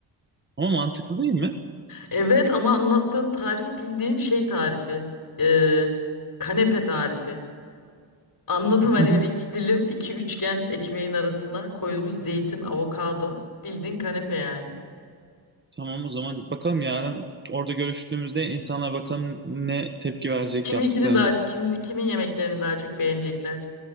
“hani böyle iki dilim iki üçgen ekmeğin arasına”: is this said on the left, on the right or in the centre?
Left